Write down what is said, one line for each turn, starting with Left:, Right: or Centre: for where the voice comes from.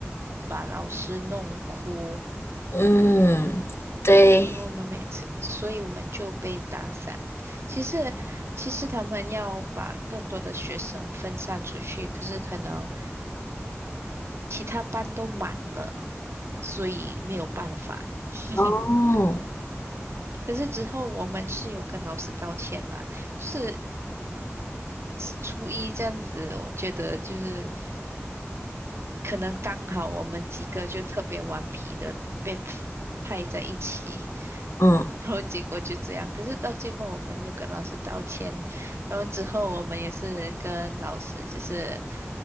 Right: 把老师弄哭，
Left: 嗯对
Right: 然后我们每次，所以我们就被打散。其实，其实他们要把更多的学生分散出去，可是可能其他班都满了，所以没有办法。<laughs>
Left: 哦
Right: 可是之后我们是有跟老师道歉啦，就是初一这样子，我觉得就是可能刚好我们几个就特别顽皮的被 <laughs> 派在一起，
Left: 嗯，
Right: <laughs> 然后结果就这样。可是到最后我们又跟老师道歉，然后之后我们也是跟老师就是